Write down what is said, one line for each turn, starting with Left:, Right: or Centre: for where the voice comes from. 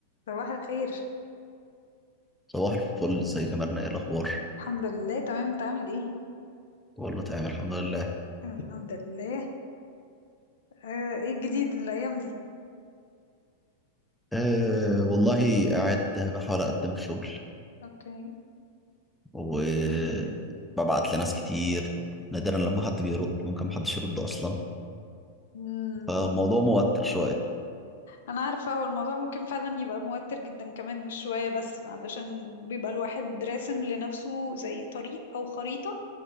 Left: صباح الخير
Centre: صباح الفل ازيك يا مرنة ايه الاخبار
Left: الحمد لله تمام انت عامل ايه
Centre: والله تمام الحمد لله
Left: انا الحمد لله اه ايه الجديد الايام دي
Centre: أه والله قاعد بحاول اقدم في شغل
Left: اوكي
Centre: وببعت لناس كتير نادرا لما حد بيرد ممكن محدش يرد اصلا
Left: امم
Centre: فالموضوع موتر شوية
Left: انا عارفه هو الموضوع ممكن فعلا يبقى موتر جدا كمان مش شويه بس علشان بيبقى الواحد راسم لنفسه زي طريق او خريطه